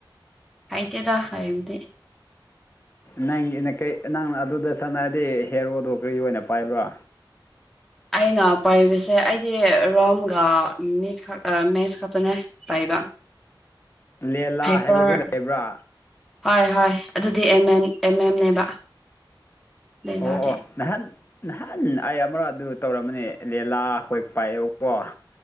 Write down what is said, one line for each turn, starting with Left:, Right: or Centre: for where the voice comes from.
Centre: ꯍꯩꯇꯦꯗ ꯍꯩꯞꯗꯤ
Left: ꯅꯪꯒꯤꯅ ꯀꯩ ꯅꯪ ꯑꯗꯨꯗ ꯁꯥꯟꯅꯔꯗꯤ ꯍꯦꯔꯣꯗꯣ ꯀꯔꯤ ꯑꯣꯏꯅ ꯄꯥꯏꯕ꯭ꯔ
Centre: ꯑꯩꯅ ꯄꯥꯏꯕꯁꯦ ꯑꯩꯗꯤ ꯔꯣꯝꯒ ꯃꯤꯠ ꯈꯛꯇ ꯃꯦꯁ ꯈꯛꯇꯅꯦ ꯄꯥꯏꯕ
Left: ꯂꯦꯂꯥ
Centre: ꯍꯥꯏꯄꯔ
Left: ꯍꯥꯏꯕꯗꯨ ꯂꯩꯕ꯭ꯔ
Centre: ꯍꯣꯏ ꯍꯣꯏ ꯑꯗꯨꯗꯤ ꯑꯦꯝ ꯑꯦꯝ ꯑꯦꯝ ꯑꯦꯝꯅꯦꯕ ꯂꯤꯂꯥꯗꯤ
Left: ꯑꯣ ꯑꯣ ꯅꯍꯥꯟ ꯅꯍꯥꯟ ꯑꯩ ꯑꯃꯔꯛ ꯑꯗꯨ ꯇꯧꯔꯝꯕꯅꯤ ꯂꯦꯂꯥ ꯍꯣꯏ ꯄꯥꯏꯑꯦꯕꯀꯣ